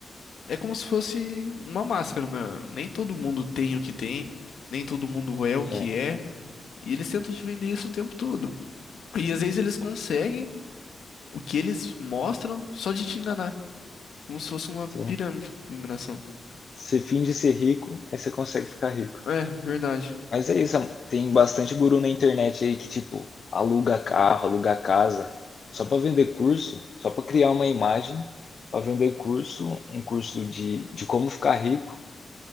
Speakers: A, on the left; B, on the left.
A: é como se fosse uma máscara, né? Nem todo mundo tem o que tem, nem todo mundo é o que
B: É,
A: é. E eles tentam te vender isso o tempo todo. E às vezes eles conseguem o que eles mostram só de te enganar. Como se fosse uma
B: sim.
A: pirâmide de enganação.
B: Você finge ser rico, aí você consegue ficar rico.
A: É, verdade.
B: Mas é isso, tem bastante guru na internet aí que, tipo, aluga carro, aluga casa, só para vender curso, só para criar uma imagem, para vender curso, um curso de, de como ficar rico.